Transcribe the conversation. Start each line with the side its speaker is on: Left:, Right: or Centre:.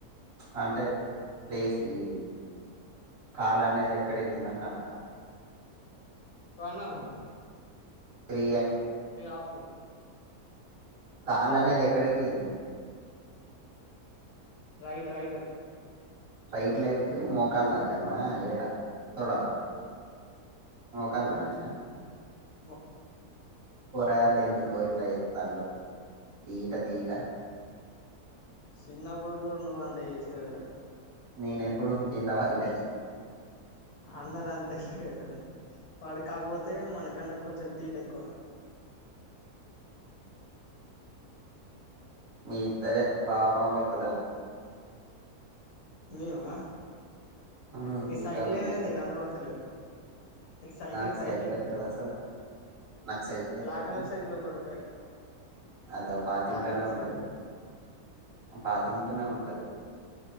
Right: అంటే ప్లేస్ ఇది కార్ అనేది ఎక్కడిగిందంటన
Left: అన్న
Right: త్రీ
Left: ఆఫ
Right: కళ్ళు అనేది ఎక్కడదియంంది
Left: రైట్ రైట్
Right: రైట్ లెగ్ మోకాలు దగ్గరనా ఏడా తొడ మొక్కలు దగర నా
Left: వ
Right: కురలో ఎందు కోయిట్లా ఎస్తాల తీట తోట
Left: చిన్నప్పుడు కూడా నువ్వు అంతా చేసగలే
Right: నేనెప్పుడు కింద వాళ్ళే
Left: అందన అంత తెలివాను వాడు కాకపోతే మనకు కన్న కొంచం తీట ఎక్కువ
Right: మీ ఇద్దర బావబమరిది
Left: మీవా
Right: ఉమ్
Left: మీ
Right: తీటోళ్ళు
Left: సైకిల్ ఏమైంది
Right: మీ ఇద్దరే
Left: కనపడతలేద్ సైకిల్
Right: నాకు
Left: సైకిల్
Right: ఎక్కడిది అసలు నాకు సైకిల్ ఎక్కడిది
Left: బ్లాక్ కలర్ సైకిల్ ఒకటి ఉండే కదా
Right: అదా పాతింట్లోనే
Left: బ్లాక్ కలర్
Right: ఉంటది
Left: సైకిల్
Right: పాతింట్లోనే
Left: ఉహు
Right: ఉంటది